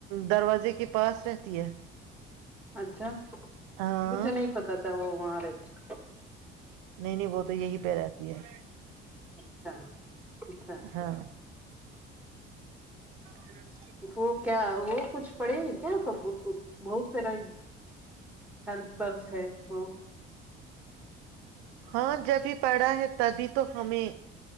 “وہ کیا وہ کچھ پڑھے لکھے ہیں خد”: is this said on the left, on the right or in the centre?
Centre